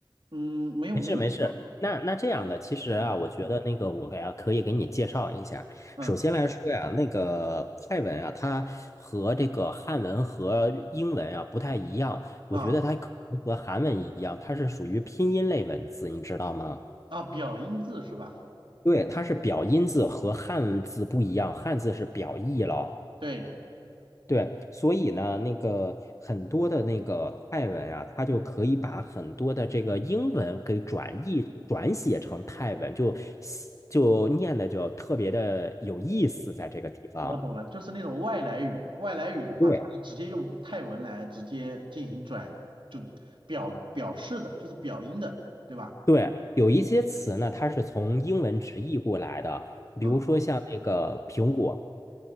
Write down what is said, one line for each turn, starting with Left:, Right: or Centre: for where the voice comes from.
Right: 嗯，没有那么
Left: 没事没事。那那这样的，其实啊，
Right: 嗯嗯嗯
Left: 我觉得那个我给啊可以给你介绍一下。
Right: 嗯
Left: 首先来说呀，那个泰文啊，它和这个汉文和英文啊不太一样，我觉得它可能和韩文一样，
Right: 啊
Left: 它是属于拼音类文字，你知道吗？
Right: 啊表音字是吧？
Left: 对，它是表音字和汉字不一样，汉字是表意了。
Right: 对，
Left: 对，所以呢，那个很多的那个泰文啊，它就可以把很多的这个英文给转译转写成泰文，就写就念的就特别的有意思，在这个地方。
Right: 我懂了，就是那种外来语，外来语的话，
Left: 对，
Right: 它是直接用泰文来直接进行转，就表表示的，就是表音的，对吧？
Left: 对，有一些词呢，它是从英文直译过来的，
Right: 嗯
Left: 比如说像那个苹果，